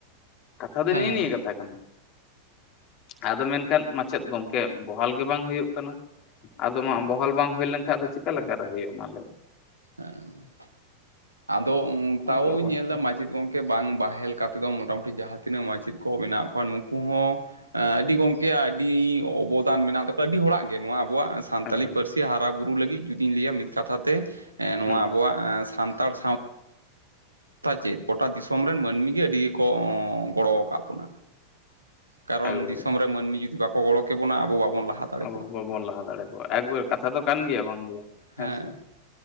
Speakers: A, on the left; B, on the right.
A: ᱠᱟᱛᱷᱟ ᱫᱚ
B: ᱦᱮᱸ
A: ᱱᱮᱜ ᱱᱤᱭᱟᱹ ᱠᱟᱛᱷᱟ ᱠᱟᱱᱟ᱾ ᱟᱫᱚ ᱢᱮᱱᱠᱷᱟᱱ ᱢᱟᱪᱮᱫ ᱜᱚᱝᱠᱮ ᱵᱚᱦᱟᱞ ᱜᱮ ᱵᱟᱝ ᱦᱩᱭᱩᱜ ᱠᱟᱱᱟ᱾ ᱟᱫᱚ ᱢᱟ ᱵᱚᱦᱚᱞ ᱵᱟᱝ ᱦᱩᱭ ᱞᱮᱱᱠᱷᱟᱡ ᱫᱚ ᱪᱤᱠᱟᱹ ᱞᱮᱠᱟ ᱨᱮ ᱦᱩᱭᱩᱜ-ᱟ ᱢᱟ ᱞᱟᱹᱭ ᱢᱮ?
B: ᱦᱮᱸ ᱟᱫᱚ ᱩᱸ ᱛᱟᱣᱩᱧ
A: ᱚᱱᱠᱟ ᱚᱵᱚᱥᱛᱟ
B: ᱧᱮᱞ ᱫᱟ ᱢᱟᱪᱮᱫ ᱜᱚᱝᱠᱮᱼᱼ ᱠᱮ ᱵᱟᱝ ᱵᱟᱦᱮᱞ ᱠᱟᱛᱮᱫ ᱫᱚ ᱢᱚᱴᱟ ᱢᱩᱴᱤ ᱡᱟᱦᱟᱸ ᱛᱤᱱᱟᱹᱜ ᱢᱟᱪᱮᱫ ᱠᱚ ᱢᱮᱱᱟᱜ ᱠᱚᱣᱟ ᱱᱩᱠᱩ ᱦᱚᱸᱼᱼ ᱚᱸ ᱟᱹᱰᱤ ᱜᱚᱝᱠᱮ ᱭᱟᱜ ᱟᱹᱰᱤ ᱚᱵᱚᱫᱟᱱ ᱢᱮᱱᱟᱜ ᱛᱟᱠᱚᱣᱟ ᱟᱹᱰᱤ ᱦᱚᱲᱟᱜ ᱜᱮ ᱱᱚᱣᱟ ᱟᱵᱚᱣᱟᱜ ᱥᱟᱱᱛᱟᱞᱤ
A: ᱮᱠᱵᱟᱨᱮ
B: ᱯᱟᱹᱨᱥᱤᱼᱼ ᱦᱟᱨᱟ ᱵᱩᱨᱩ ᱞᱟᱹᱜᱤᱫ ᱡᱩᱫᱤᱧ ᱞᱟᱹᱭᱟ ᱢᱤᱫ ᱠᱟᱛᱷᱟ ᱛᱮ ᱮᱸ ᱱᱚᱣᱟ
A: ᱦᱩᱸ
B: ᱟᱵᱚᱣᱟᱜ ᱚᱸ ᱥᱟᱱᱛᱟᱲ ᱥᱟᱶᱼᱼ ᱛᱟ ᱪᱮᱫ ᱜᱚᱴᱟ ᱫᱤᱥᱚᱢ ᱨᱮᱱ ᱢᱟᱹᱱᱢᱤ ᱜᱮ ᱟᱹᱰᱤ ᱜᱮᱠᱚ ᱚᱸᱻ ᱜᱚᱲᱚ ᱟᱠᱟᱜ ᱵᱚᱱᱟ᱾ ᱠᱟᱨᱚᱱ
A: ᱮᱠᱵᱟᱨᱮ
B: ᱫᱤᱥᱚᱢ ᱨᱮ ᱢᱟᱹᱱᱢᱤ ᱡᱩᱫᱤ ᱵᱟᱠᱚ ᱜᱚᱲᱚ ᱠᱮ ᱵᱚᱱᱟ ᱟᱵᱚ ᱵᱟᱵᱚ ᱞᱟᱦᱟ ᱫᱟᱲᱮ
A: ᱟᱵᱚ
B: ᱠᱚᱜᱼᱟ
A: ᱦᱚᱸ ᱵᱟᱵᱚᱱ ᱞᱟᱦᱟ ᱫᱟᱲᱮᱠᱚᱣᱟ ᱮᱠᱵᱟᱨ ᱠᱟᱛᱷᱟ ᱫᱚ ᱠᱟᱱ ᱜᱮᱭᱟ ᱵᱟᱝ ᱫᱚ ᱵᱟᱝ
B: ᱦᱮᱸ
A: ᱦᱮᱸᱥᱮ